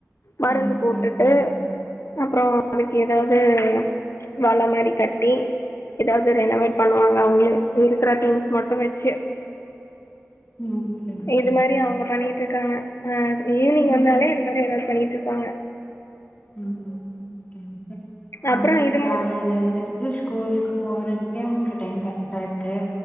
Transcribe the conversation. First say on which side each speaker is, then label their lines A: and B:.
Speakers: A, on the left (about 55°); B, on the left (about 25°).
A: மருந்து
B: ஓகே
A: போட்டுட்டு
B: ஓகேங்க
A: அப்றோ அதுக்கு எதாவ்து வல மாரி கட்டி எதாவ்து ரெனவட் பண்ணுவாங்க அவுங்ளே இருக்கிற திங்ஸ் மட்டு வெச்சு
B: ஓகே ஓகே
A: இது மாரி அவுங்க பண்ணிட் இருக்காங்க ஆ ஈவினிங்
B: ம்
A: வந்தாலே இது மாரி எதாவ்து பண்ணிட்ருப்பாங்க
B: ம் ஓகே இவங்கெங்க
A: அப்புறம் இது மூடு
B: காலைலேந்து ந்து ஸ்கூலுக்கு போறதுக்கே அவுங்ளுக் டைம் கரெக்டா இருக்கு